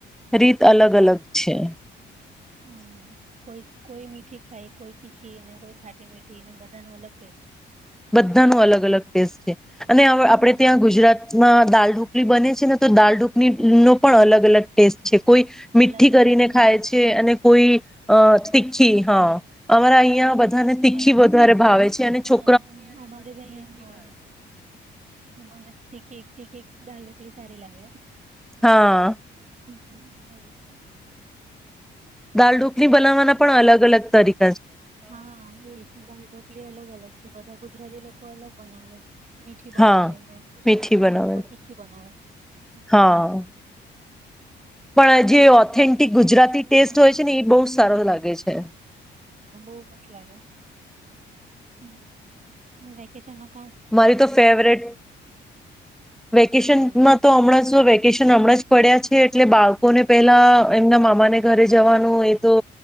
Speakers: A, in the centre; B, on the right.
A: રીત અલગ અલગ છે.
B: હમ્મ, કોઈ કોઈ મીઠી ખાય, કોઈ તીખી ને કોઈ ખાટી મીઠી ને બધા ન અલગ ટેસ્ટ.
A: બધાનો અલગ અલગ ટેસ્ટ છે. આને આપણે
B: હમ
A: ગુજરાતમાં
B: એજ
A: દાળ ઢોક લી બને છે ને તો દાલ ઢોકળી નો પણ અલગ અલગ ટેસ્ટ છે. કોઈ મીઠી
B: અલગ
A: કરીને
B: અલગ હા
A: ખાય છે અને કોઈ અ તીખી હા. અમારા અહિયાં
B: હમ
A: બધાને તીખી
B: મને
A: વધારે ભાવે છે અને
B: હા
A: છો
B: અમારે ભાઈને હા મને તીખી તી કેક દાલડોકલી સારી લાગે એમ.
A: હા.
B: હમ્મ.
A: દાલ ઢોકલી બનાવવાના પણ અલગ અલગ તરી
B: હા એ છે દાલ ઢોકલી અલગ અલગ છે બધા ગુજરાતી લોકો અલગ બનાવે છે. મીઠી બનાવે
A: હા
B: પછી
A: મીઠી
B: મારાવાડી
A: બનાવે
B: લોકો તીખી બનાવે. હમ્મ.
A: હા
B: <inaudible>
A: પણ જે ઓથેન્ટિક ગુજરાતી
B: વેકેશન
A: ટેસ્ટ
B: હા
A: હોય છે ને એ બહુ સારો લાગે છે.
B: બહું મસ્ત લાગે. હમ્મ. હું વેકેશન માં
A: મારી તો ફેવરેટ વેકેશન
B: હા
A: માં તો હમણાં શું વેકેશ શન હમણાં જ પડ્યા છે, એટલે બાળકોને પેલા એમના મામાને ઘરે જવાનું એ તો